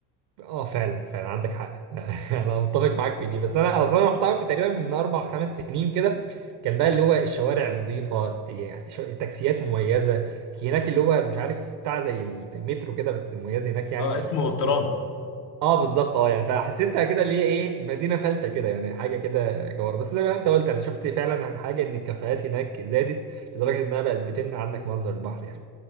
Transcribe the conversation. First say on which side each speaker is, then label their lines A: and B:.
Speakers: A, on the right; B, on the left.
A: اه فعلا فعلا عندك حق لا <laughs> انا متفق معاك في دي بس انا اصلا رحت عامل تقريبا من اربع خمس سنين كده كان بقى اللي هو الشوارع نظيفة يعني ش- تاكسيات مميزة هناك اللي هو مش عارف بتاع زي المترو كده بس مميز هناك يعني
B: اه اسمه ترام
A: اه بالظبط اه يعني فحسيتها كده اللي هي ايه مدينه فلته كده يعني حاجه كده جوار بس زي ما انت قلت انا شفت فعلا حاجه ان الكافيهات هناك زادت لدرجه انها بقت بتمنع عنك منظر البحر يعني